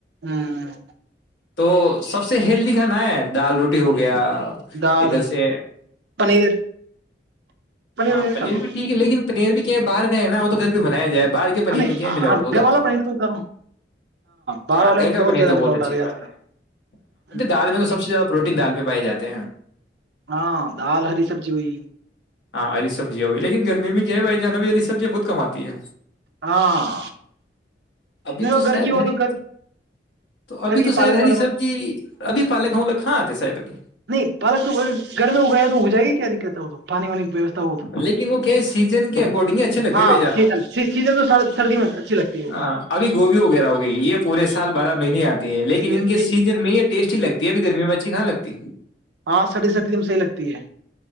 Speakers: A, on the right; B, on the left.
A: ہاں ہاں
B: تو سب سے ہیلدی ھانا ہے دال روٹی ہو گیا
A: دال
B: یہھر سےے
A: پنیر
B: ہاں
A: ونیر
B: پنیر
A: کھا لو
B: بھی ٹھیک ہے لیکن پنیر بھی کے بر گئے نا وہ تو گھر پہ بنایا جائے بال کے پنیر
A: نہیں
B: میں کیا ہے ملاوٹ بہت
A: گھر
B: آتی
A: والا پنیر
B: ہے
A: تو بتا رہا ہوں باہر
B: ہاں
A: والے
B: گھر
A: میں
B: کا پنیر
A: زیادہ
B: تو بہت
A: ملاوٹ
B: اچھی
A: آ رہی
B: بات
A: آج
B: ہے
A: کل
B: ابھی دال میں تو سب سے زیادہ پروٹین دال پہ پائے جاتے ہیں
A: ہاں دال ہری سبزی ہوئی
B: ہاں ہری سبزیاں ہوی لیکن گرمی میں کیا ہے بھائی جانب ہری سبزیا بہت کماتی ہے
A: ہاں
B: ابھی
A: نہیں وہ
B: تو
A: گھر
B: شاید
A: کی ہو
B: ہری
A: گھر
B: تو ابھی
A: گھر کی
B: تو شاید
A: پالک
B: ہری
A: والک
B: سبزی
A: ہو
B: ابھی پالک ہمک کاں آتے شاید اب
A: نہیں پالک تو اگر گھر میں اگائےیا تو ہو جائے گی کیا دقت ہے ہو تم پانی وانی کی ویوستھا
B: لیکن وہ کہ سیزن کے اکارڈنگ ہی اچھے لگتے
A: ہاں
B: بھائی جان
A: سیزن سیزن تو سردی میں اچھی لگتی ہے
B: ہاں ابھی گوبھی وغیرہ ہو گئی یہ پورے سال بارہ مہینے آتے لیکن
A: وہ
B: ان کے سیزن
A: یہ
B: میں یہ ٹیسٹی لگتی ابھی گرمی میں بچھی کھانے لگتی
A: ہاں سردی سردی میں صحیح لگتی ہے